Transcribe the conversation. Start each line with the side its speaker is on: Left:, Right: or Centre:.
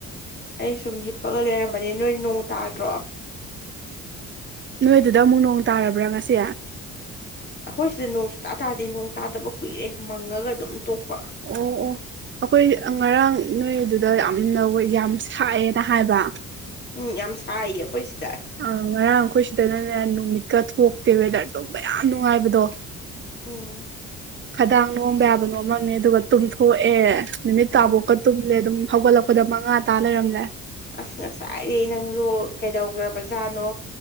Left: ꯑꯩ ꯁꯨꯝ ꯍꯤꯞꯄꯒ ꯂꯩꯔꯝꯕꯅꯦ ꯅꯣꯏ ꯅꯣꯡ ꯇꯥꯗ꯭ꯔꯣ
Right: ꯅꯣꯏꯗꯨꯗ ꯑꯃꯨꯛ ꯅꯣꯡ ꯇꯥꯔꯕ꯭ꯔꯥ ꯉꯁꯤ
Left: ꯑꯩꯈꯣꯏ ꯁꯤꯗ ꯅꯣꯡꯁꯨ ꯇꯥ ꯇꯥꯔꯗꯤ ꯅꯣꯡ ꯇꯥꯗꯕ ꯀꯨꯏꯔꯦ ꯃꯪꯉꯒ ꯑꯗꯨꯝ ꯇꯣꯛꯄ
Right: ꯑꯣ ꯑꯣ ꯑꯩꯈꯣꯏ ꯉꯔꯥꯡ ꯅꯣꯏ ꯑꯗꯨꯗ ꯌꯥꯝꯅ ꯌꯥꯝ ꯁꯥꯏꯑꯦꯅ ꯍꯥꯏꯕ
Left: ꯎꯝ ꯌꯥꯝ ꯁꯥꯏꯌꯦ ꯑꯩꯈꯣꯏ ꯁꯤꯗ
Right: ꯑ ꯉꯔꯥꯡ ꯑꯩꯈꯣꯏ ꯁꯤꯗꯅꯅꯦ ꯅꯨꯃꯤꯠꯀ ꯊꯣꯛꯇꯦ ꯋꯦꯗꯔꯗꯣꯕ ꯌꯥꯝ ꯅꯨꯡꯉꯥꯏꯕꯗꯣ
Left: ꯎꯝ
Right: ꯈꯗꯥꯡ ꯅꯣꯝꯕ ꯌꯥꯕ ꯅꯣꯝꯃꯝꯃꯦ ꯑꯗꯨꯒ ꯇꯨꯝꯊꯣꯛꯑꯦ ꯅꯨꯃꯤꯠ ꯇꯥꯕꯣꯛꯀ
Left: ꯎꯝ
Right: ꯇꯨꯝꯂꯦ ꯑꯗꯨꯝ ꯍꯧꯒꯠꯂꯛꯄꯗ ꯃꯉꯥ ꯇꯥ ꯂꯩꯔꯝꯂꯦ
Left: ꯑꯁ ꯉꯁꯥꯏꯗꯤ ꯅꯪꯁꯨ ꯀꯩꯗꯧꯈ꯭ꯔꯕꯖꯥꯠꯅꯣ